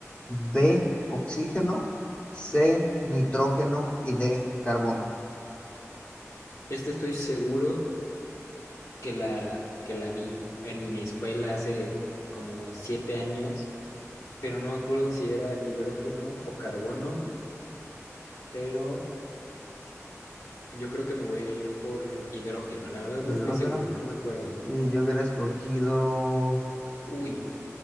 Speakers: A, on the left; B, on the left.
A: B, oxígeno, C, nitrógeno y D, carbono.
B: Este estoy seguro que la, que la vi en mi escuela hace como siete años pero no me acuerdo si era hidrógeno o carbono, pero yo creo que me voy a ir por hidrógeno. La verdad
A: Hidrógeno.
B: no estoy seguro, no me acuerdo.
A: Y yo hubiera escogido...
B: Uy,